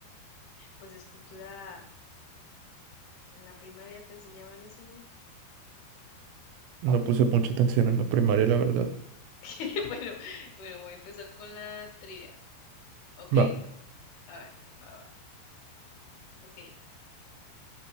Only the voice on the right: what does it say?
No puse mucha atención en la primaria, la verdad.
Va,